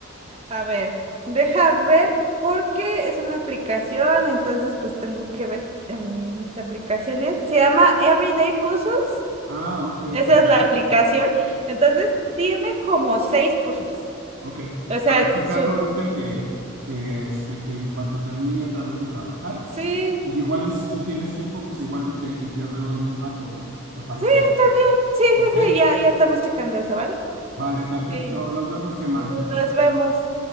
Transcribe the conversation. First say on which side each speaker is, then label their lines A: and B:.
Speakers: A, on the right; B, on the right.
A: A ver, deja ver porque es una aplicación, entonces pues tengo que ver en mis aplicaciones. Se llama Everyday Puzzles,
B: Ah, ok,
A: esa
B: perfecto.
A: es la aplicación. Entonces tiene como seis puzzles.
B: Ok,
A: O sea,
B: para checarlo
A: su...
B: ahorita que, que, este, que en cuanto termine otra vez de trabajar
A: Sí,
B: Y igual y si tú tienes tiempo, pues igual y te, y te veo en un rato, ¿no? ¿Te parece?
A: sí, está bien. Sí,
B: Ok,
A: sí, sí, ya, ya estamos checando eso, ¿vale?
B: vale, perfecto.
A: Sí.
B: Nos vemos, Gemma.
A: Entonces nos vemos.